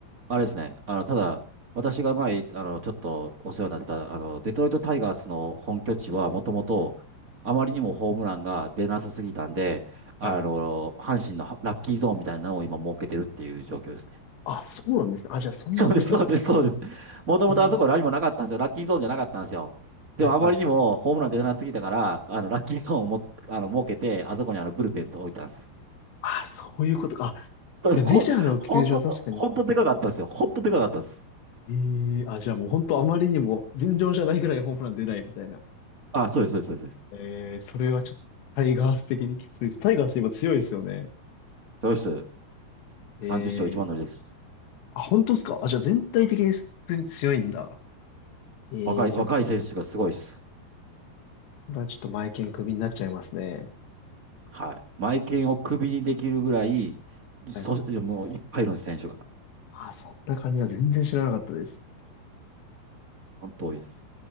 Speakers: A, on the right (about 40°); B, on the left (about 85°).
A: あれですね。あの、ただ、私が前、あの、ちょっとお世話になってた、あの、デトロイトタイガースの本拠地は、もともと、あまりにもホームランが出なさすぎたんで、あの、
B: <laughs> はい。
A: 阪神のラッキーゾーンみたいなのを今設けてるっていう状況ですね。
B: あ、そうなんですね。あ、じゃあそんなでかかったんですね。
A: <laughs> そうです、そうです、そうです。もともとあそこ何もなかったんですよ。
B: えー、
A: ラッキーゾーンじゃなかったんですよ。でもあまりにもホームラン出なすぎたから、
B: はいはいはい。
A: あの、ラッキーゾーンをも、あの、設けて、あそこにあの、ブルペンと置いたんです。
B: あ、そういうことか。あ、
A: <laughs>
B: でメジャーの球場は確かに。
A: ほんほんと、ほんとでかかったですよ。ほんとでかかったです。
B: ええあ、じゃあもう本当あまりにも尋常じゃないぐらいホームラン出ないみたいな。
A: あ、そうです、そうです、そうです。
B: ええそれはちょっとタイガース的にきついです。タイガース今強いですよね。
A: そうです。
B: え
A: 30勝一番乗りです。
B: えあ、本当ですかあ、じゃあ全体的に普通に強いんだ。ええじゃあ、
A: 若い、若い選手がすごいです。
B: それはちょっと前剣クビになっちゃいますね。
A: はい。マイケンをクビにできるぐらい、
B: はい。
A: そ、もういっぱいいるんです、選手が。
B: あ、そんな感じは全然知らなかったです。
A: 本当多いです。